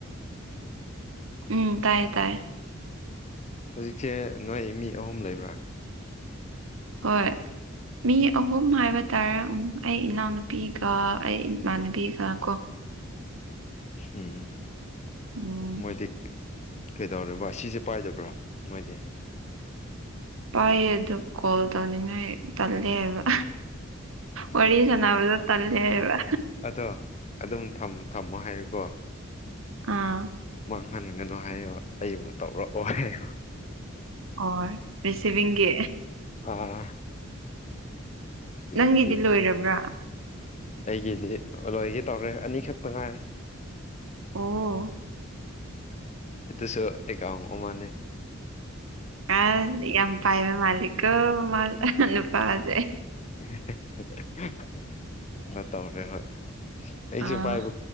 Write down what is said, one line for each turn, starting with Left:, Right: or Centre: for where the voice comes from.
Right: ꯎꯝ ꯇꯥꯏꯌꯦ ꯇꯥꯏꯌꯦ
Left: ꯍꯧꯖꯤꯛꯁꯦ ꯅꯣꯏ ꯃꯤ ꯑꯍꯨꯝ ꯂꯩꯕ꯭ꯔꯥ
Right: ꯍꯣꯏ ꯃꯤ ꯑꯍꯨꯝ ꯍꯥꯏꯕ ꯇꯥꯔꯦ ꯑꯩ ꯏꯅꯥꯎꯅꯨꯄꯤꯒ ꯑꯩ ꯏꯃꯥꯟꯅꯕꯤꯒ ꯀꯣ
Left: ꯎꯝ
Right: ꯎꯝ
Left: ꯃꯣꯏꯗꯤꯛ ꯀꯩꯗꯧꯔꯤꯕ ꯁꯤꯁꯦ ꯄꯥꯏꯗꯕ꯭ꯔꯣ ꯅꯣꯏꯗꯤ
Right: ꯄꯥꯏꯌꯦ ꯑꯗꯨ ꯀꯣꯜ ꯇꯧꯅꯤꯡꯉꯥꯏ ꯇꯜꯂꯦ ꯍꯥꯏꯕ ꯋꯥꯔꯤ ꯁꯥꯟꯅꯕꯗ ꯇꯂꯦꯕ
Left: ꯑꯗꯣ ꯑꯗꯨꯝ ꯊꯝꯃꯣ ꯍꯥꯏꯌꯦꯀꯣ
Right: ꯑꯥ
Left: ꯃꯥꯡꯍꯟꯒꯅꯨ ꯍꯥꯏꯣ ꯑꯩꯕꯨ ꯇꯧꯔꯛꯑꯣ ꯍꯥꯏꯕ
Right: ꯑꯣ ꯔꯤꯁꯤꯚꯡꯒꯤ
Left: ꯑꯥ ꯁꯤꯕꯤꯡꯒꯤ
Right: ꯅꯪꯒꯤꯗꯤ ꯂꯣꯏꯔꯕ꯭ꯔꯥ
Left: ꯑꯩꯒꯤꯗꯤ ꯂꯣꯏꯒꯦ ꯇꯧꯔꯦ ꯑꯅꯤꯈꯛꯇ ꯉꯥꯏꯔꯦ
Right: ꯑꯣ
Left: ꯑꯗꯨꯁꯨ ꯑꯩꯀ ꯃꯥꯅꯦ
Right: ꯑꯁ ꯌꯥꯝ ꯄꯥꯏꯕ ꯃꯥꯂꯤꯀꯣ ꯃꯥ ꯅꯨꯄꯥꯁꯦ
Left: ꯀꯩꯅꯣ ꯇꯧꯔꯦ ꯍꯣꯏ ꯑꯩꯁꯨ
Right: ꯑꯥ
Left: ꯄꯥꯏꯕ